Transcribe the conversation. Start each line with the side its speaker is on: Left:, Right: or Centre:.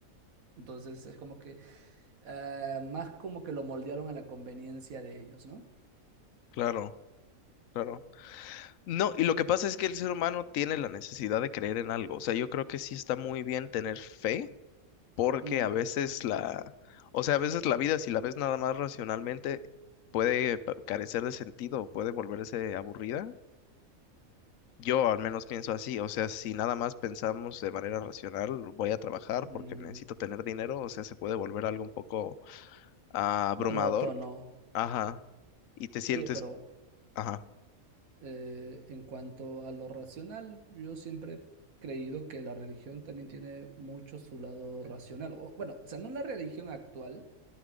Right: Entonces es como que eh, más como que lo moldearon a la conveniencia de ellos, ¿no?
Left: Claro, claro. No, y lo que pasa es que el ser humano tiene la necesidad de creer en algo. O sea, yo creo que sí está muy bien tener fe porque
Right: Mm,
Left: a veces la, o sea, a veces la vida, si la ves nada más racionalmente, puede pa- carecer de sentido, puede volverse aburrida. Yo al menos pienso así, o sea, si nada más pensamos de manera racional, voy a trabajar
Right: mm,
Left: porque necesito tener dinero, o sea, se puede volver algo un poco ah, abrumador,
Right: monótono.
Left: ajá, y te sientes,
Right: Oye, pero
Left: ajá,
Right: Eh, en cuanto a lo racional, yo siempre he creído que la religión también tiene mucho su lado racional. O, bueno, o sea, no la religión actual,